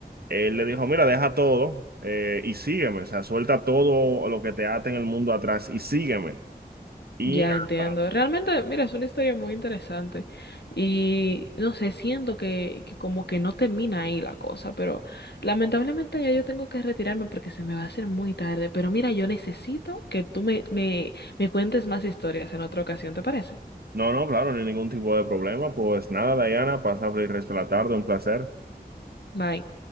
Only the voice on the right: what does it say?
él le dijo, mira, deja todo eh, y sígueme, o sea, suelta todo lo que te ate en el mundo atrás y sígueme. Y
nada,
no, no, claro, ni ningún tipo de problema, pues nada, Diana, pasa el resto de la tarde, un placer.